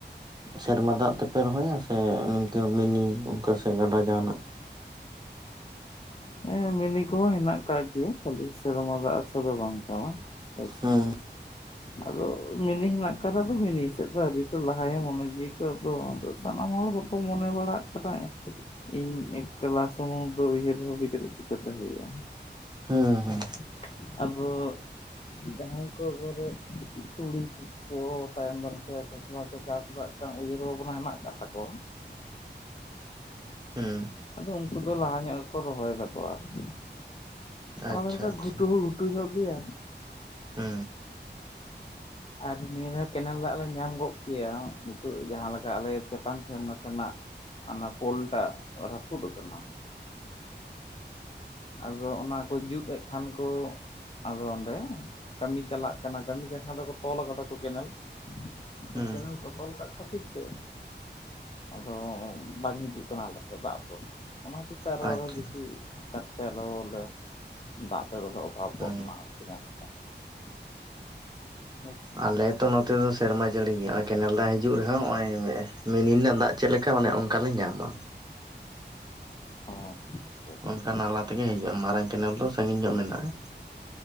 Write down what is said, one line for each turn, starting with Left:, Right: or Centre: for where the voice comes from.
Right: ᱥᱮᱨᱢᱟ ᱫᱟᱜ ᱛᱮᱯᱮ ᱨᱚᱦᱚᱭᱟ ᱥᱮ ᱱᱤᱝᱠᱟᱹ ᱢᱤᱱᱤ ᱚᱱᱠᱟ ᱥᱮ ᱜᱟᱰᱟ ᱡᱟᱦᱟᱸ ᱱᱟᱜ
Left: ᱦᱮᱸ ᱢᱤᱱᱤ ᱠᱚᱦᱚᱸ ᱦᱮᱱᱟᱜ ᱠᱟᱜ ᱜᱤᱭᱟ ᱠᱷᱟᱞᱤ ᱥᱮᱨᱢᱟ ᱫᱟᱜ ᱟᱥᱟ ᱫᱚ ᱵᱟᱝ ᱠᱟᱱᱟ᱾ ᱟᱪᱪᱷᱟ
Right: ᱦᱩᱸ
Left: ᱟᱫᱚᱻ ᱢᱤᱱᱤ ᱦᱮᱱᱟᱜ ᱟᱠᱟᱫᱟ ᱢᱤᱱᱤ ᱥᱮᱫ ᱫᱚ ᱟᱣᱨᱤ ᱠᱚ ᱞᱟᱦᱟᱭᱟ ᱢᱚᱱᱮ ᱡᱤᱣᱤ ᱠᱚ ᱟᱫᱚ ᱥᱟᱱᱟᱢ ᱦᱚᱲ ᱠᱚ ᱠᱚ ᱢᱚᱱᱮ ᱵᱟᱲᱟᱜ ᱠᱟᱱᱟ ᱤᱧ ᱮᱠᱞᱟ ᱥᱩᱢᱩᱝ ᱫᱚ ᱩᱭᱦᱟᱹᱨ ᱵᱷᱟᱵᱤ ᱪᱮᱫ ᱪᱤᱠᱟᱹᱛᱮ ᱦᱩᱭᱩᱜᱼᱟ᱾
Right: ᱦᱩᱸ ᱦᱩᱸ
Left: <unintelligible> ᱟᱵᱚ ᱡᱟᱦᱟᱸᱭ ᱠᱚ ᱜᱷᱚᱨᱮ ᱛᱩᱲᱤ ᱯᱚᱲᱚ ᱛᱟᱭᱚᱢ ᱫᱟᱨᱟᱢ ᱥᱮ ᱠᱷᱚᱥᱞᱟ ᱠᱚ ᱪᱟᱥ ᱫᱟ ᱢᱤᱫᱴᱟᱝ ᱩᱭᱦᱟᱹ ᱵᱷᱟᱵᱽᱱᱟ ᱦᱮᱱᱟᱜ ᱟᱠᱟᱫ ᱛᱟᱠᱚᱣᱟ᱾
Right: ᱦᱩᱸ
Left: ᱟᱫᱚ ᱩᱱᱠᱩ ᱫᱚ ᱞᱟᱦᱟ ᱧᱚᱜ ᱜᱮ ᱠᱚ ᱨᱚᱦᱚᱭ ᱫᱟ <unintelligible> ᱟᱨ ᱠᱤ
Right: ᱟᱪᱪᱷᱟ
Left: ᱚᱱᱟ ᱫᱷᱟᱨᱮ ᱫᱚ
Right: ᱟᱪᱪᱷᱟ
Left: ᱜᱷᱩᱴᱩ ᱦᱚᱸ ᱜᱷᱩᱴᱩ ᱧᱚᱜ ᱜᱮᱭᱟ᱾
Right: ᱦᱩᱹᱻ
Left: ᱟᱨᱦᱩᱸ ᱱᱤᱭᱟᱹ ᱫᱷᱟ ᱠᱮᱱᱮᱞ ᱫᱟᱜ ᱞᱮ ᱧᱟᱢ ᱜᱚᱫ ᱠᱮᱭᱟ ᱱᱤᱛᱳ ᱡᱟᱦᱟᱸ ᱞᱮᱠᱟ ᱟᱞᱮ ᱪᱮᱛᱟᱱ ᱴᱷᱮᱱ ᱱᱟᱥᱮ ᱱᱟᱜ ᱦᱟᱱᱟ ᱯᱳᱞ ᱴᱟᱜ ᱨᱟᱯᱩᱫ ᱟᱠᱟᱱᱟ᱾ ᱟᱫᱚ ᱚᱱᱟᱠᱚ ᱡᱩᱛ ᱮᱫ ᱠᱷᱟᱱ ᱠᱚ ᱟᱫᱚ ᱚᱸᱰᱮ ᱠᱟᱹᱢᱤ ᱪᱟᱞᱟᱜ ᱠᱟᱱᱟ ᱠᱟᱹᱢᱤ ᱠᱟᱠᱷᱟᱱ ᱫᱚᱠᱚ ᱛᱚᱞ ᱠᱟᱫᱟ ᱠᱚ ᱠᱮᱱᱟᱞ ᱟᱫᱚ
Right: ᱦᱩᱸ
Left: ᱠᱮᱱᱮᱞ ᱠᱚ ᱛᱚᱞ ᱠᱟᱜ ᱠᱷᱟᱛᱤᱨ ᱛᱮ ᱟᱫᱚ ᱵᱟᱝ ᱦᱤᱡᱩᱜ ᱠᱟᱱᱟ ᱟᱞᱮ ᱥᱮ ᱫᱟᱜ ᱫᱚ ᱚᱱᱟ ᱠᱷᱟᱛᱤᱨ ᱛᱮ ᱟᱨᱚ
Right: ᱟᱪᱪᱷᱟ
Left: ᱟᱨᱦᱚ ᱵᱮᱥᱤ ᱛᱮ ᱟᱞᱚ ᱞᱮ ᱫᱟᱜ ᱛᱮᱫᱚ ᱞᱮ ᱚᱵᱷᱟᱵ ᱜᱚᱫ
Right: ᱦᱩᱸ
Left: ᱢᱟ ᱱᱮᱥ ᱫᱚ ᱦᱮᱸ ᱥᱮ
Right: ᱟᱞᱮᱛᱚ ᱱᱚᱛᱮ ᱫᱚ ᱥᱮᱨᱢᱟ ᱡᱟᱹᱲᱤ ᱜᱮ ᱠᱮᱱᱮᱞ ᱫᱟᱜ ᱦᱤᱡᱩᱜ ᱨᱮᱦᱚᱸ ᱱᱚᱜ ᱚᱭ ᱢᱮ ᱢᱤᱱᱤ ᱨᱮᱱᱟᱜ ᱫᱟᱜ ᱪᱮᱫ ᱞᱮᱠᱟ ᱚᱱᱮ ᱚᱱᱠᱟ ᱞᱮ ᱧᱟᱢᱟ᱾
Left: ᱚ ᱟᱪᱪᱷᱟ ᱟᱪᱪᱷᱟ
Right: ᱚᱱᱠᱟ ᱱᱟᱞᱟ ᱛᱮᱜᱮ ᱦᱤᱡᱩᱜᱼᱟ ᱢᱟᱨᱟᱝ ᱠᱮᱱᱮᱞ ᱫᱚ ᱥᱟᱺᱜᱤᱧ ᱧᱚᱜ ᱢᱮᱱᱟᱜᱼᱟ᱾